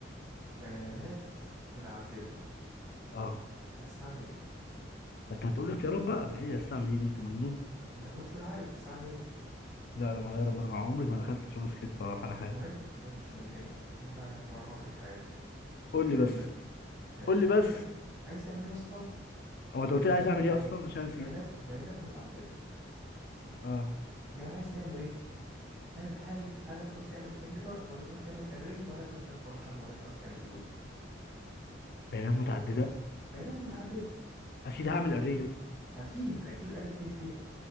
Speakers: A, on the right; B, on the left.
A: بيانات متعدده
B: اه
A: هتستعمل ايه
B: انت هتقول لي اختيارات بقى ايه يا استعمل ايه دي انت مجنون
A: انت المفروض تكون عارف هتستعمل ايه
B: لا لا ما غير ما عمري ما دخلتش اشوف سكريبت ولا اعرف على
A: مش
B: حاجه
A: مهم مش مهم مش مهم انت انت برمجت في حياتك قلت
B: قول لي
A: لي انك
B: بس
A: ماشي
B: قول لي بس
A: عندك عايز تعمل إيه يا اسطى
B: هو
A: إيه،
B: انت قلت
A: بيانات
B: لي عايز اعمل
A: متعدده
B: ايه اصلا عشان نسيت
A: بيانات بيانات متعدده
B: اه
A: يعني عايز تعمل ايه هل هل هل هتعوز تعمل انتجر ولا تعوز تعمل اري ولا تعوز تعمل فانكشن ولا تعوز تعمل لوب
B: بيانات متعدده
A: بيانات متعدده
B: اكيد هعمل اري يا اسطى.
A: اكيد اكيد الف ب ت